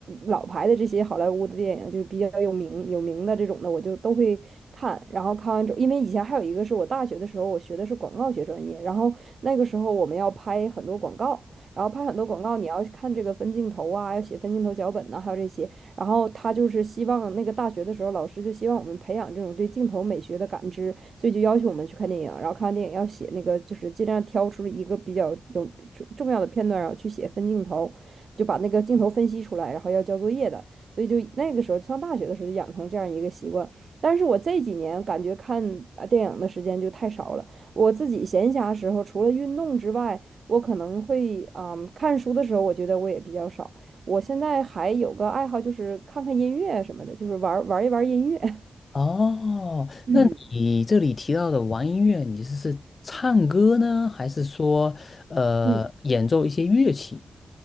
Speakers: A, on the right; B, on the left.
A: 老牌的这些好莱坞的电影，就比较有名有名的这种的，我就都会看。然后看完之后，因为以前还有一个是我大学的时候，我学的是广告学专业，然后那个时候我们要拍很多广告，然后拍很多广告，你要看这个分镜头啊，要写分镜头脚本呐、还有这些。然后他就是希望那个大学的时候，老师就希望我们培养这种对镜头美学的感知，所以就要求我们去看电影，然后看完电影要写那个，就是尽量挑出一个比较有重重要的片段，然后去写分镜头，就把那个镜头分析出来，然后要交作业的。所以就那个时候上大学的时候就养成这样一个习惯。但是我这几年感觉看呃电影的时间就太少了，我自己闲暇时候除了运动之外，我可能会嗯看书的时候，我觉得我也比较少。我现在还有个爱好，就是看看音乐什么的，就是玩玩一玩音乐。<laughs>
B: 哦，
A: 嗯
B: 那你这里提到的玩音乐，你是是唱歌呢，还是说呃演奏一些乐器？
A: 嗯。